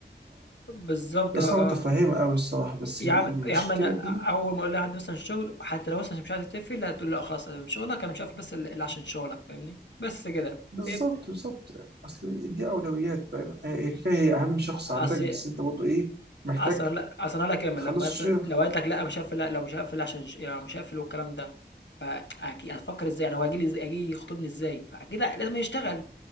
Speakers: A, on the left (about 85°); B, on the right (about 65°).
A: بالضبط
B: هي
A: آه،
B: صعبه
A: آه.
B: تفهمها قوي الصراحه بس
A: يا
B: المشكله
A: عم يا عم انا
B: دي
A: اول ما اقول لها عندي مثلا شغل حتى لو مثلا مش عايزه تقفل هتقول لا خلاص انا من شغلك انا مش هقفل بس الا عشان شغلك فاهمني بس كده
B: بالظبط
A: فهمت
B: بالظبط اصل دي اولويات فاهم هي هي اهم شخص
A: اصل
B: عندك بس انت برضه ايه محتاج
A: اصل لا اصل انا كامل
B: تخلص
A: لما مثلا
B: الشغل
A: لو قالت لك لا مش هقفل لا لو مش هقفل عشان ش- يعني مش هقفل والكلام ده فاكيد هتفكر ازاي يعني هو هيجي لي إزاي- هيجي يخطبني ازاي فاكيد لازم يشتغل